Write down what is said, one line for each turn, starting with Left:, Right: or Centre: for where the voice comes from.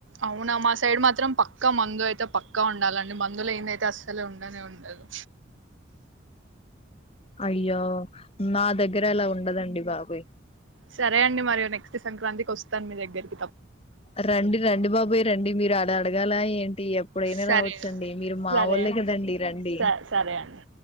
Right: అవునా మా సైడ్ మాత్రం పక్కా మందు అయితే పక్కా ఉండాలండి మందులు ఏంద అయితే అస్సలే ఉండనే ఉండదు
Left: అయ్యో నా దగ్గర అలా ఉండదండి బాబోయ్
Right: సరే అండి మరి నెక్స్ట్ సంక్రాంతికి వస్తాను మీ దగ్గరకి
Left: రండి రండి బాబోయ్ రండి మీరు అడ అడగాల ఏంటి ఎప్పుడైనా
Right: సరే
Left: రావచ్చండి మీరు మా
Right: సరే
Left: వాళ్ళే
Right: అండి
Left: కదండి రండి
Right: స సరే అండి